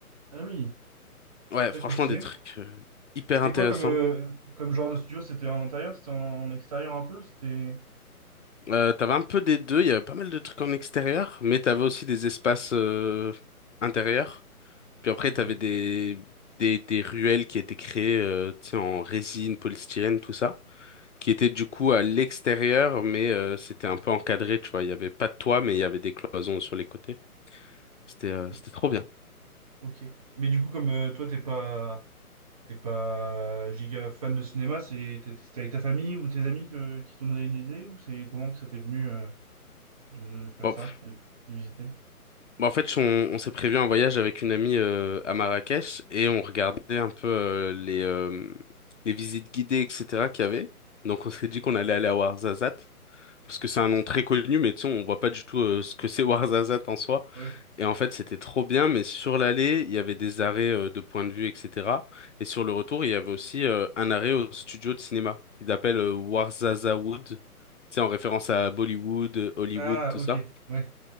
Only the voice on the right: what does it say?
Ah oui.
Ouais,
trop stylé.
C'était
quoi comme, euh, comme genre de studio? C'était en intérieur? C'était en, en extérieur un peu? C'était.
Ok.
Ok.
Ok. Mais du coup, comme euh, toi, t'es pas. T'es pas giga fan de cinéma, c'est- t'es- c'était avec ta famille ou tes amis que, qui t'ont donné l'idée ou c'est comment que ça t'est venu euh? de, de faire
ça,
de, de visiter.
Ouais.
Ah,
ok.
Ouais.